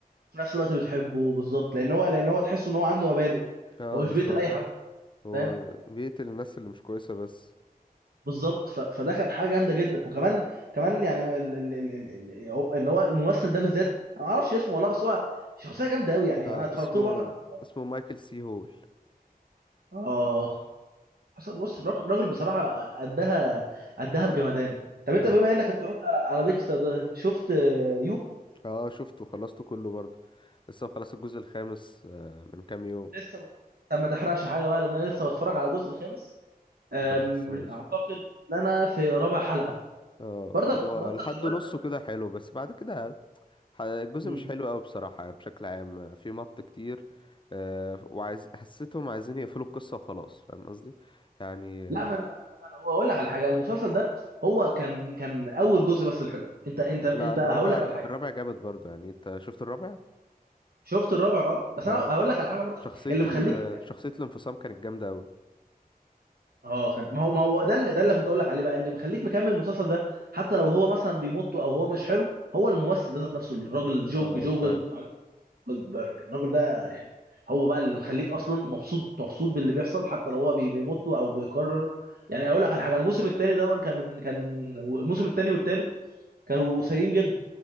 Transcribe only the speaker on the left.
اه
بالظبط
هو
بيقتل الناس اللي مش كويسة بس
آه
اسمه
اسمه مايكل سي هول
اه
اه شفته خلصته كله برضو لسه خلص الجزء الخامس آه من كام يوم
خلاص ماشي
اه
هو
لحد
نصه
كده حلو بس بعد كده ح- الجزء
مش حلو قوي بصراحة بشكل عام في مط كتير آه، وعايز حسيتهم عايزين يقفلوا القصة وخلاص فاهم قصدي يعني آه،
لا الرابع
الرابع جامد برضو يعني انت شفت الرابع
اه
الر-
شخصية
ال شخصية الانفصام كانت جامدة قوي
اه
فعلا